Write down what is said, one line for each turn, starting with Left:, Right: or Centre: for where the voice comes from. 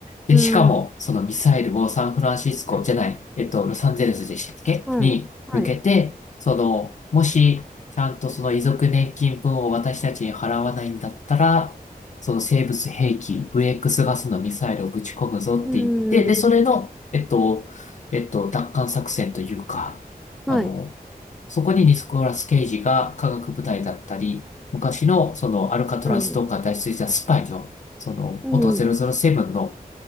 Left: で、
Centre: うん。
Left: しかも、そのミサイルをサンフランシスコじゃない、えっと、ロサンゼルスでしたっけに向けて、
Centre: はい。はい。
Left: その、もし、ちゃんとその遺族年金分を私たちに払わないんだったら、その生物兵器、VX ガスのミサイルをぶち込むぞって言って、
Centre: うん。
Left: で、それの、えっと、えっと、奪還作戦というか、
Centre: はい。
Left: あの、そこにニコラス・ケイジが科学部隊だったり、昔のそのアルカトラスとか脱出したスパイの、
Centre: うん。
Left: その元007の
Centre: うん。